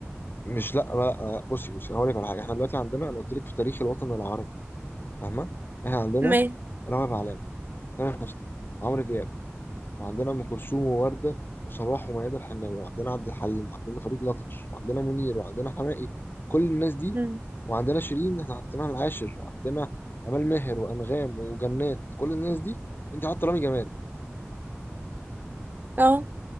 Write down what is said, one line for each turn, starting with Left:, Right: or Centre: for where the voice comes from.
Left: مش لا لا آه، بصي بصي أنا هقول لك على حاجة إحنا دلوقتي عندنا أنا قلت لك في تاريخ الوطن العربي فاهمة إحنا عندنا
Right: ما
Left: رامي معلول تامر حسني عمرو دياب وعندنا ام كلثوم وورده وصباح وميادة الحناوي وعندنا عبد الحليم وعندنا فريد الأطرش وعندنا منير وعندنا حماقي كل الناس دي
Right: امم
Left: وعندنا شيرين احنا حطيناها العاشر وعندنا امال ماهر وانغام وجنات كل الناس دي انت حاطه رامي جمال
Right: اه